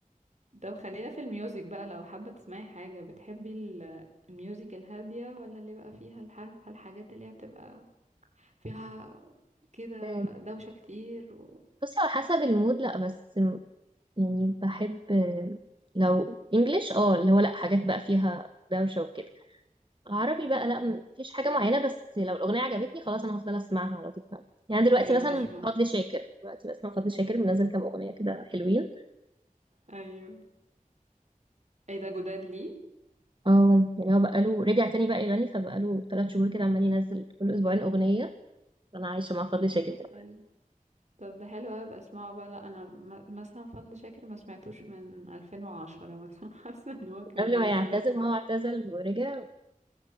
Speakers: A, on the right (about 55°); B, on the right (about 35°).
A: طب خلينا في الميوزك بقى لو حابة تسمعي حاجة بتحبي ال- الميوزك الهادية ولا اللي بقى فيها الحرب الحاجات اللي هي بتبقى فيها كده
B: آه،
A: دوشة كتير و...
B: بصي على حسب المود لا بس يعني بحب آه، لو انجليش اه اللي هو لا حاجات بقى فيها دوشة وكده عربي بقى لا مفيش حاجة معينة بس لو الأغنية عجبتني خلاص أنا هفضل أسمعها على طول يعني دلوقتي
A: أيوة
B: مثلا
A: مش م...
B: فضل شاكر دلوقتي بسمع فضل شاكر منزل كام أغنية كده حلوين
A: أيوه ايه ده جداد ليه
B: اه يعني هو بقاله رجع تاني بقى يغني فبقاله ثلاث شهور كده عمال ينزل كل اسبوعين اغنيه انا عايشه مع فضل
A: طب
B: شاكر
A: ده
B: دلوقتي
A: حلو طب ده حلو قوي ابقى اسمعه بقى لا انا م- مثلا فضل شاكر ما سمعتوش من 2010 مثلا <laughs> حاسه ان هو كان
B: قبل
A: من
B: ما يعتزل
A: زمان
B: ما هو اعتزل ورجع